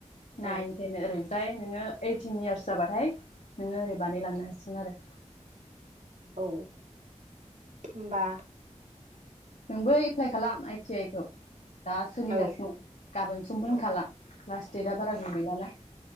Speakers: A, on the left; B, on the right.
A: नाइन
B: औ ओं
A: थेन ओरो। ओमफ्राय नोङो ओइटिन यार्स जाबाथाय। नोङो ओरै बानायलांनो हासिगोन आरो।
B: औ होनबा।
A: नोंबो एप्लाइ खालाम आइटि आइ खौ। दा सोलिगासिनो
B: औ
A: गाबोन सम बुंखाला
B: ओं
A: लास। देदआ बारा गोबाव गैलाना।